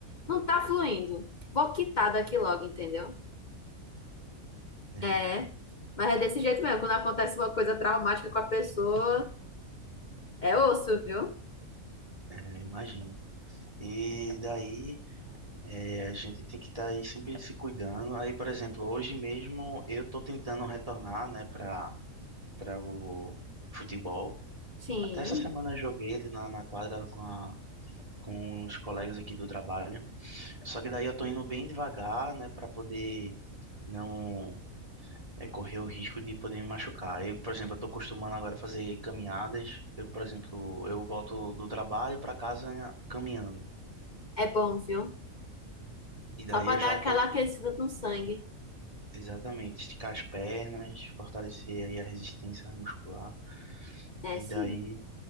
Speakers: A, on the left; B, on the right.
A: não tá fluindo. Vou quitar daqui logo, entendeu?
B: né?
A: É, mas é desse jeito mesmo. Quando acontece uma coisa traumática com a pessoa, é osso, viu?
B: É, imagino. E daí é, a gente tem que estar aí sempre se cuidando. Aí, por exemplo, hoje mesmo eu tô tentando retornar, né, para para o futebol.
A: Sim,
B: Até essa semana eu joguei ali na, na quadra com a, com os colegas aqui do trabalho. Só que daí eu tô indo bem devagar, né, para poder não é, correr o risco de poder me machucar. Eu, por exemplo, eu tô acostumando agora a fazer caminhadas. Eu, por exemplo, eu volto do trabalho para casa caminhando.
A: é bom, viu?
B: E
A: Só
B: daí
A: pra
B: eu
A: dar
B: já tô,
A: aquela aquecida no sangue.
B: exatamente, esticar as pernas, fortalecer aí a resistência muscular.
A: É,
B: E
A: sim.
B: daí,